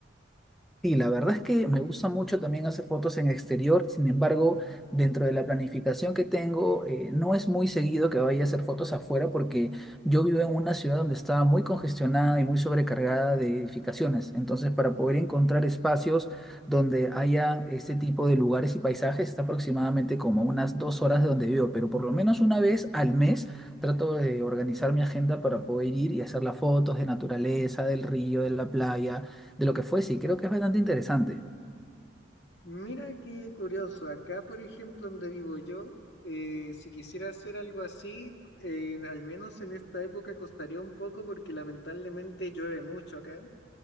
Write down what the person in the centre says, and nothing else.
Sí, la verdad es que me gusta mucho también hacer fotos en exterior, sin embargo, dentro de la planificación que tengo, eh, no es muy seguido que vaya a hacer fotos afuera porque yo vivo en una ciudad donde está muy congestionada y muy sobrecargada de edificaciones, entonces para poder encontrar espacios donde haya este tipo de lugares y paisajes está aproximadamente como unas dos horas de donde vivo, pero por lo menos una vez al mes trato de organizar mi agenda para poder ir y hacer las fotos de naturaleza, del río, de la playa de lo que fuese. Y creo que es bastante interesante.